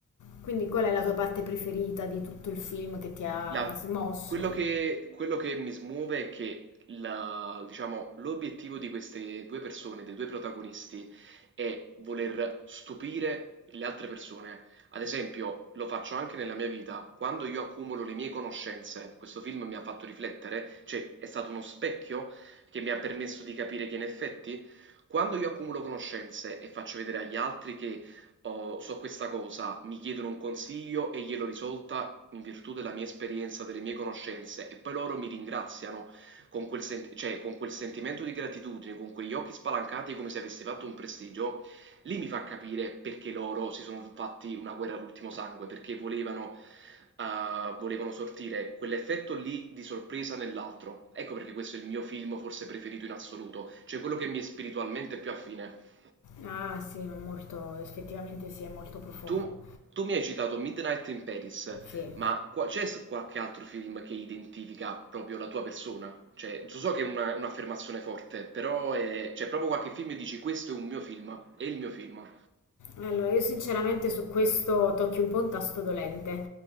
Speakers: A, on the left (about 65°); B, on the right (about 40°).
A: Quindi qual è la tua parte preferita di tutto il film che ti ha
B: La-
A: smosso?
B: quello che, quello che mi smuove è che la- diciamo, l'obiettivo di queste due persone, dei due protagonisti, è voler stupire le altre persone. Ad esempio, lo faccio anche nella mia vita, quando io accumulo le mie conoscenze, questo film mi ha fatto riflettere, cioè è stato uno specchio che mi ha permesso di capire che in effetti, quando io accumulo conoscenze e faccio vedere agli altri che oh, so questa cosa, mi chiedono un consiglio e glielo risolta in virtù della mia esperienza, delle mie conoscenze, e poi loro mi ringraziano con quel, sent- cioè, con quel sentimento di gratitudine, con quegli occhi spalancati come se avessi fatto un prestigio, lì mi fa capire perché loro si sono fatti una guerra all'ultimo sangue, perché volevano, eh, volevano sortire quell'effetto lì di sorpresa nell'altro. Ecco perché questo è il mio film forse preferito in assoluto, cioè quello che mi è spiritualmente più affine.
A: Ah, sì, è molto, effettivamente sì, è molto profondo.
B: Tu tu mi hai citato Midnight in Paris,
A: Sì.
B: ma qua- c'è s- qualche altro film che identifica proprio la tua persona? Cioè, so so che è una- un'affermazione forte, però è- c'è proprio qualche film e dici questo è un mio film, è il mio film.
A: Allora, io sinceramente su questo tocchi un po' un tasto dolente,